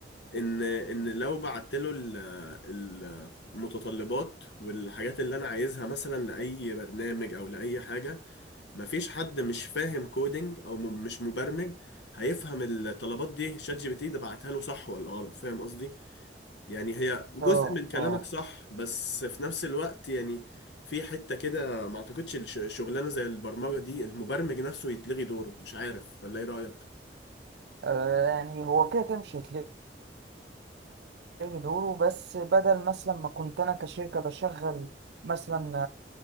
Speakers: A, on the left; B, on the right.
A: ان ان لو بعت له ال- ال- المتطلبات والحاجات اللي انا عايزها مثلا لاي برنامج او لاي حاجة مفيش حد مش فاهم كودينج او م- مش مبرمج هيفهم الطلبات دي شات جي بي تي ده بعتها له صح ولا غلط فاهم قصدي يعني هي جزء
B: اه
A: من كلامك
B: اه
A: صح بس في نفس الوقت يعني في حتة كده ما اعتقدش الش- شغلانة زي البرمجة دي المبرمج نفسه يتلغي دوره مش عارف ولا ايه رأيك
B: آه، يعني هو كده كده مش هتلاقي إيه دوره بس بدل مثلا ما كنت انا كشركه بشغل مثلا